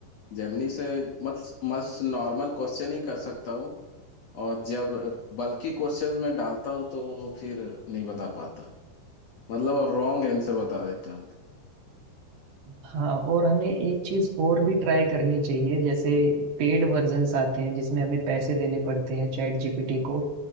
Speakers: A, on the left (about 80°); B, on the right (about 70°).
A: जेमिनी से मत मस्त नॉर्मल क्वेश्चन ही कर सकता हूँ और जब बल्कि क्वेश्चन में डालता हूँ तो वो फिर नहीं बता पाता मतलब रॉन्ग आंसर बता देता
B: हाँ और हमें एक चीज और भी ट्राई करनी चाहिए जैसे पेड वर्जन्स आते हैं जिसमें हमें पैसे देने पड़ते हैं चैट जीपीटी को